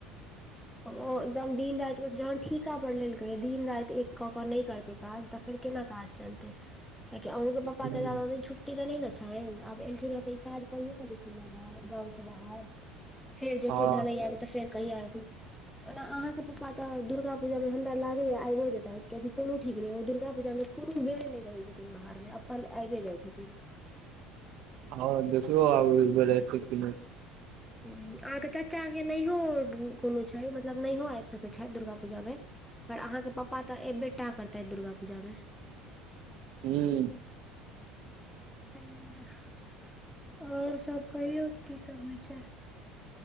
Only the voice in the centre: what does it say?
ओ एकदम दिन राएत के जहन ठीका पड़ लेलकै यै दिन राएत एक कऽ कऽ नै कर ते काज त फेर केना काज चलतै कियाकि अहों के पप्पा
के जादा दिन छुट्ट टी तै नै नै छैन आब एलखिन्ह यै तऽ ई काज करिए कै जेथिन न फेर गाँव से बाहर। फेर जैथिन
ढलैया मे तऽ फेर कहिया ऐथिन ओना अहाँ के पप्पा तऽ दुर्गा पूजामे हमरा लागय यै आएबै जेतै कियाकि कोनो ठीक नै ओ दुर्गा पूजामे कुनु बेर नै रहै छथिन बाहर मे अपन आएबै जाए छथिन।
हुं आहां के चाचा के नहियौ कूनू छै मतलब नहियो आएब सकय छैथ दुर्गा पूजा मे पर अहाँ के पप्पा तऽ ऐबेटा करतै दुर्गा पूजा मे।
तै दुआरे और सब कहियौ की समाचार?